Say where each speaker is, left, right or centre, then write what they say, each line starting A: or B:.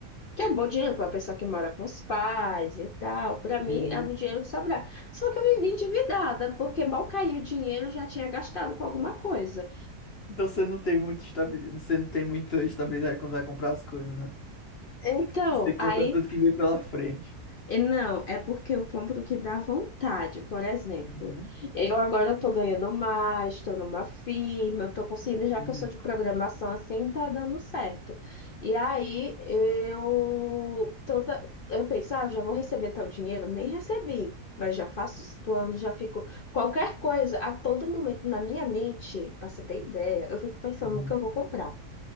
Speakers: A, on the left; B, on the left.
A: Que é bom dinheiro para uma pessoa que mora com os pais e tal. Para mim,
B: Uhum.
A: é um dinheiro que sobra. Só que eu me vi endividada, porque mal caiu o dinheiro, eu já tinha gastado com alguma coisa.
B: Então você não tem muito estabil... você não tem muita estabilidade quando vai comprar as coisas, né?
A: Então,
B: Você compra
A: aí
B: tudo que vem pela frente.
A: E Não, é porque eu compro o que dá vontade. Por exemplo,
B: Uhum,
A: eu agora estou ganhando mais, estou numa firma, estou conseguindo, já
B: uhum,
A: que eu sou de programação assim, tá dando certo. E aí eu toda, eu penso, ah, já vou receber tal dinheiro, nem recebi, mas já faço os planos, já fico qualquer coisa, a todo momento na minha mente, para você ter ideia, eu fico pensando
B: uhum.
A: no que eu vou comprar.